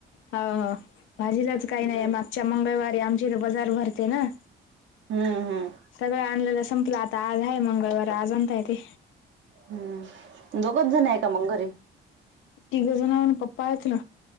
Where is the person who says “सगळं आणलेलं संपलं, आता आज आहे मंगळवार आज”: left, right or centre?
Left